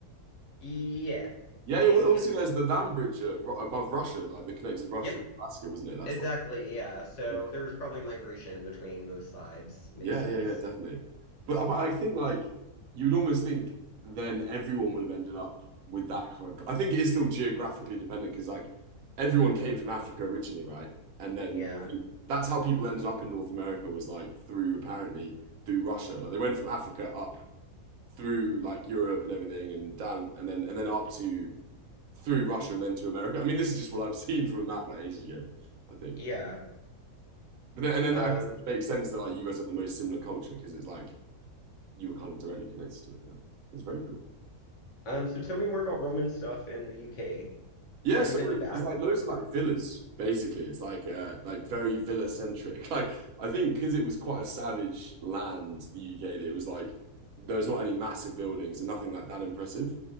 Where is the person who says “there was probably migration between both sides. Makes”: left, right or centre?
Left